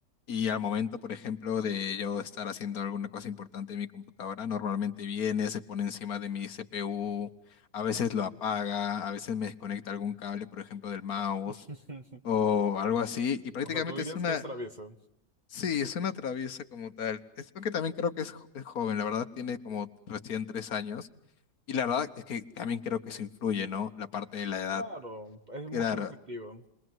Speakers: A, on the left (about 65°); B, on the right (about 30°).
A: Y al momento, por ejemplo, de yo estar haciendo alguna cosa importante en mi computadora, normalmente viene, se pone encima de mi CPU, a veces lo apaga, a veces me desconecta algún cable, por ejemplo, del mouse
B: <laughs>
A: o algo así. Y prácticamente
B: O sea, tú dirías
A: es una,
B: que es traviesa.
A: sí, es una traviesa como tal. Es porque también creo que es, jo- es joven, la verdad tiene como recién tres años y la verdad es que también creo que se influye, ¿no? La parte de la edad.
B: Claro, es
A: Claro,
B: mucho más activo.